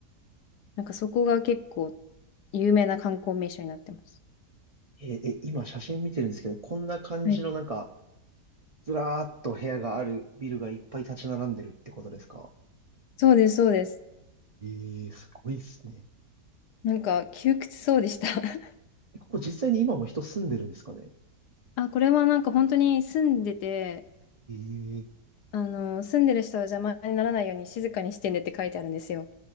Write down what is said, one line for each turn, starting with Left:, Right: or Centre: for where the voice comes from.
Left: なんかそこが結構有名な観光名所になってます。
Right: えー、え、今写真見てるんですけど、こんな感じのなんか、
Left: はい
Right: ずらーっと部屋があるビルがいっぱい立ち並んでるってことですか
Left: そうですそうです。
Right: ええ、すごいですね。
Left: なんか窮屈そうでした <laughs>
Right: えここ実際に今も人住んでるんですかね
Left: あ、これはなんか本当に住んでて
Right: ええ、
Left: あの住んでる人は邪魔にならないように静かにしてねって書いてあるんですよ。